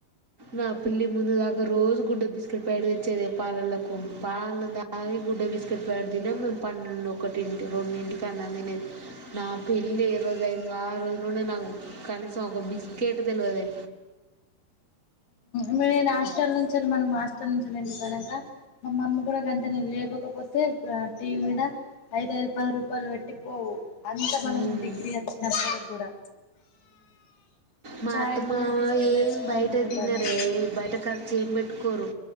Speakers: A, on the right (about 20°); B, on the left (about 70°).
A: నా పెల్లి ముందు దాకా రోజు గుడ్డె బిస్కెట్ పాకెట్ తెచ్చేదే పాలల్లకు పాలు దాగి గుడ్డె బిస్కెట్ పేకెట్ తినే అప్పుడు పన్నెండు, ఒకటింటి, రెండింటికి అన్నం తినేది. నా పెళ్లి ఏ రోజైందో ఆ రోజు నుండి నాకు కనీసం ఒక బిస్కెట్ తెల్వదే.
B: మ్ నేన్ హాస్టల్ నుంచెలి మనం హాస్టల్ నుంచి <unintelligible> గనక మా మమ్మీ గుడా గంతే నేను లేవకపోతే గా టీవీ మీద ఐదు ఐదు పది రూపాయలు పెట్టి పోవు అంత మనం
A: మ్మ్.
B: డిగ్రీ అచ్చినప్పుడు గూడా
A: మా
B: చాయ్
A: అత్తమామ
B: ఉండేది బిస్కెట్
A: ఏం
B: తెచ్చుకొని
A: బయట
B: తినుడనే
A: దినరే. ఏం బయట ఖర్చేం పెట్టుకోరు.